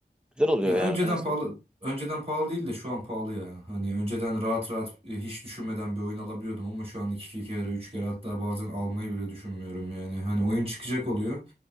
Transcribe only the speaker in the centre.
Güzel oluyor
yani.
Ben de seviyorum.